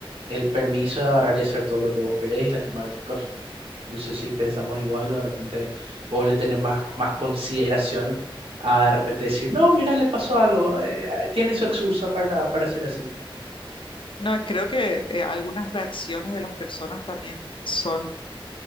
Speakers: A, on the right (about 80°); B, on the left (about 65°).
A: el permiso de agarrar y hacer todo lo que vos querés y lastimar a tu prójimo. No sé si pensamos igual o de repente vos le tenés más, más consideración a de repente decir, no, mira, le pasó algo, eh, eh, tiene su excusa para, para ser así.
B: No, creo que eh, algunas reacciones de las personas también son